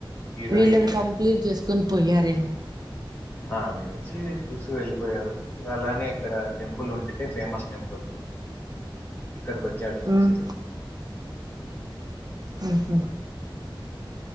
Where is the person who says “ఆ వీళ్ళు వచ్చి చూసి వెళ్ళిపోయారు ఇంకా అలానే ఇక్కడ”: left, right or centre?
Left